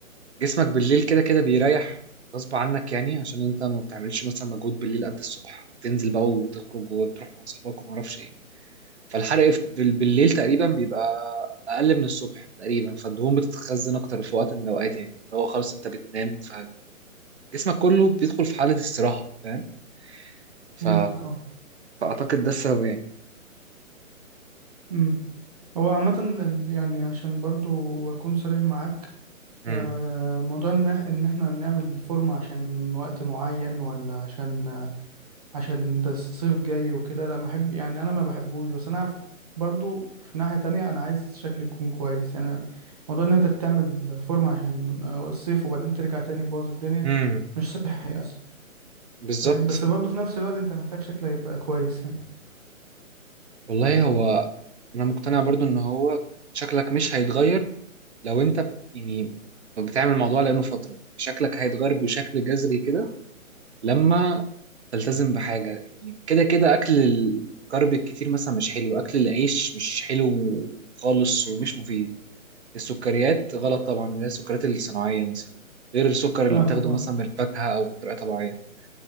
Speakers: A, on the right; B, on the right.
A: جسمك بالليل كده كده بيريح غصب عنك يعني عشان انت ما بتعملش مثلا مجهود بالليل قد الصبح تنزل بقى وتخرج وتروح مع اصحابك وما اعرفش ايه فالحرق في- بال- بالليل تقريبا بيبقى اقل من الصبح تقريبا فالدهون بتتخزن اكتر في وقت من الاوقات يعني اللي هو خلاص انت بتنام فجسمك كله بيدخل في حالة استراحة فاهم ف...
B: فهمتك اه
A: فاعتقد ده السبب يعني
B: امم هو عامة ال- يعني عشان برضو أكون صريح معاك
A: امم
B: آه، موضوع ان ان احنا نعمل فورمة عشان وقت معين ولا عشان آه، عشان ده الصيف جاي وكده لا بحب يعني انا ما بحبوش بس انا ف- برضو في ناحية تانية انا عايز شكلي يكون كويس يعني موضوع ان انت تعمل فورمة عشان آه، الصيف وبعدين ترجع تاني تبوظ الدنيا
A: امم
B: مش صحي اصلا
A: بالظبط
B: فاهم بس برضو في نفس الوقت انت محتاج شكلك يبقى كويس يعني
A: والله هو انا مقتنع برضو ان هو شكلك مش هيتغير لو انت بت... يعني بتعمل الموضوع لانه فتره شكلك هيتغير بشكل جذري كده لما تلتزم بحاجه يعني كده كده اكل الكرب الكتير مثلا مش حلو اكل العيش مش حلو خالص ومش مفيد السكريات غلط طبعا اللي هي السكريات الصناعيه مثلا غير السكر اللي
B: فاهمك
A: بتاخده
B: اه
A: مثلا من الفاكهه او بطريقه طبيعيه